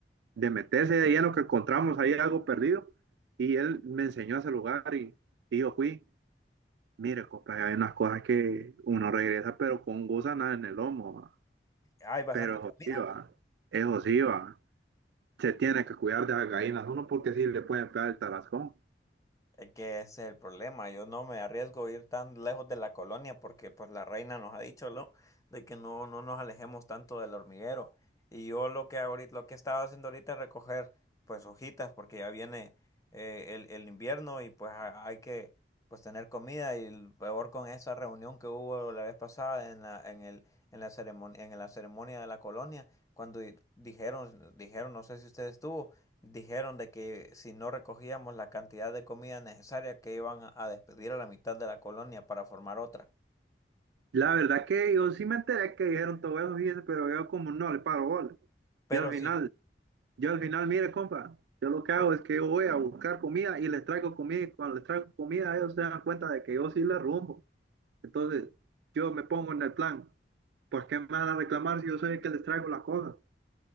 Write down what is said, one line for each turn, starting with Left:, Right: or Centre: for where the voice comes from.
Right: de meterse de lleno, que encontramos ahí algo perdido. Y él me enseñó ese lugar y, y yo fui. Mire, compa, hay unas cosas que uno regresa, pero con gusanas en el lomo. va.
Left: hay bastante
Right: Pero eso
Left: comida.
Right: sí va, eso sí va. Se tiene que cuidar de las gallinas uno porque sí le pueden pegar el tarascón.
Left: Es que ese es el problema. Yo no me arriesgo a ir tan lejos de la colonia porque pues la reina nos ha dicho, ¿no? De que no, no nos alejemos tanto del hormiguero. Y yo lo que ahorita, lo que estaba haciendo ahorita es recoger pues hojitas porque ya viene eh, el, el invierno y pues ha- hay que pues tener comida y el peor con esa reunión que hubo la vez pasada en la, en el, en la ceremonia, en la ceremonia de la colonia cuando di- dijeron, dijeron, no sé si usted estuvo Dijeron de que si no recogíamos la cantidad de comida necesaria que iban a a despedir a la mitad de la colonia para formar otra.
Right: La verdad que yo sí me enteré que dijeron todo eso, fíjese, pero yo como no le paro bola.
Left: Pero
Right: Yo al final,
Left: sí,
Right: yo al final, mire, compa, yo lo que hago es que yo voy a buscar comida y les traigo comida y cuando les traigo comida ellos se dan cuenta de que yo sí les rumbo. Entonces, yo me pongo en el plan, pues qué me van a reclamar si yo soy el que les traigo las cosas?